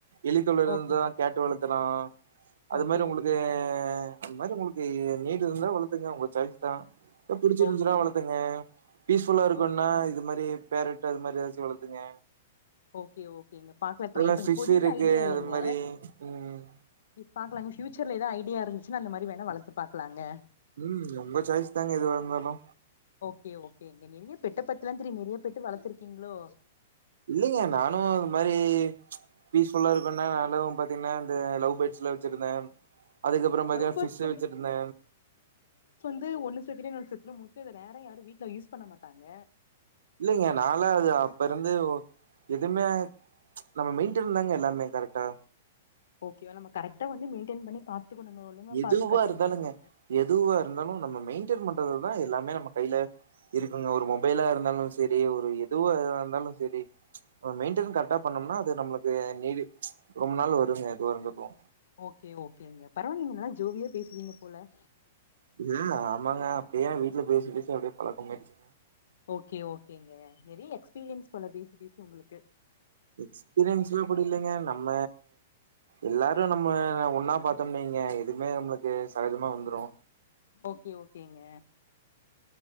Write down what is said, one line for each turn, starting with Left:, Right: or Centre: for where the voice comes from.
Right: எலித்தொல்ல இருந்தா
Left: ஓகே
Right: கேட்டு வளத்தலா அது
Left: ஓகே
Right: மாரி உங்களுக்கு
Left: ஓகேங்க
Right: அந்த மாரி உங்களுக்கு நீடு இருந்தா வளத்துங்க உங்க சாய்ஸ் தா புடிச்சி இருந்துச்சுன்னா
Left: ஓகே
Right: வளத்துங்க
Left: ஓ
Right: பீஸ்ஃபுல்லா இரு
Left: ஓ
Right: னா இது மாரி பேரட் அது மாரி ஏதாச்சு வளத்துங்க
Left: ஓகே ஓகேங்க பாக்கலா
Right: அதுல
Left: ட்ரை பண்ணி
Right: ஃபிஷ்
Left: இப்போதைக்கு
Right: இருக்கு
Left: ஐடியா இல்லைங்க
Right: அது மாரி ம்
Left: இப் பாக்கலாங்க ஃபியூச்சர்ல ஏது ஐடியா இருந்துச்சுனா அந்த மாரி வேணா வளத்து பாக்கலாங்க
Right: ம் உங்க சாய்ஸ் தாங்க எதுவா இருந்தாலு
Left: ஓகே ஓகேங்க நிறைய பெட்ட பத்திலா தெரியு நிறைய பெட்டு வளத்துருக்கீங்களோ
Right: இல்லைங்க நானு அது மாரி பீஸ்ஃபுல்லா இருக்குனா நல்லாவு பாத்தீங்கனா இந்த லவ் பேட்ஸ்லா வச்சிருந்த அதுக்கப்புற பாத்திங்கனா
Left: லவ் பேர்ட்ஸ்
Right: ஃபிஷ் வச்சு இருந்த
Left: து ஒன்னு செத்துரு இன்னொனு செத்துரு மோஸ்ட்லி ரேரா யாரு வீட்ல யூஸ் பண்ண மாட்டாங்க
Right: இல்லைங்க நானலா அது அப்ப இருந்து எதுமே நம்ம மெயின்டன் தாங்க எல்லாமே கரெக்டா
Left: ஓகேவா நம்ம கரெக்டா வந்து மெயின்டெயின் பண்ணி பாத்துகனுங்க ஒழுங்கா
Right: எதுவா
Left: பாத்து கட்டி
Right: இருந்தாலுங்க
Left: வச்சுட்டாங்க
Right: எதுவா இருந்தாலு நம்ம மெயின்டென் பண்றதுதா எல்லாமே நம்ம கையில இருக்குங்க ஒரு மொபைலா இருந்தாலு சரி ஒரு எதுவா இருந்தாலு சரி மெயின்டன் கரெக்டா பண்ணோம்னா அது நம்மளுக்கு நீ ரொம்ப நாள் வருங்க அது வந்துரு
Left: ஓகே ஓகேங்க பரவால்லைங்க நல்லா ஜோவியா பேசுவீங்க போல
Right: ம் ஆமாங்க அப்டியே நா வீட்ல பேசி பேசி அப்டியே பழக்கமாயிடுச்சு
Left: ஓகே ஓகேங்க நிறைய எக்ஸ்பீரியன்ஸ் போல பேசி பேசி உங்களுக்கு
Right: எக்ஸ்பீரியன்ஸ்லா குடுகலைங்க நம்ம எல்லாரு நம்ம ஒன்னா பாத்தோம்னு வெயிங்க எதுவுமே நம்மளுக்கு சகஜமா வந்துரு
Left: ஓகே ஓகேங்க